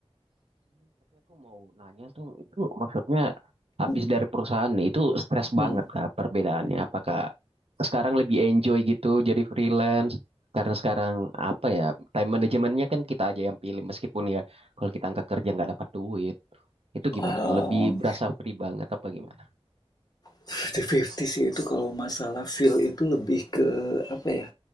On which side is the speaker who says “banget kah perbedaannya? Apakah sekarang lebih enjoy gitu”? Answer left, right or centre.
Right